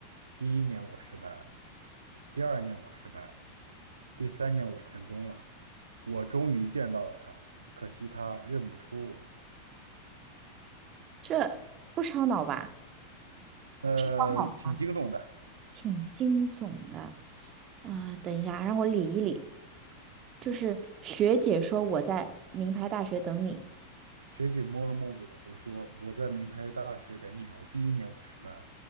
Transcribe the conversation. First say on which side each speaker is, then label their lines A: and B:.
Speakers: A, on the right; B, on the right.
A: 第一年我失败了，第二年我失败了，第三年我成功了，我终于见到了他，可惜他认不出我。
B: 这不烧脑吧？
A: 呃，
B: 哦
A: 挺惊悚的。
B: 挺惊悚的。啊、等一下，让我理一理。就是学姐说我在名牌大学等你，
A: 学姐摸了摸我的头，说我在名牌大学等你哦。第一年我失败了，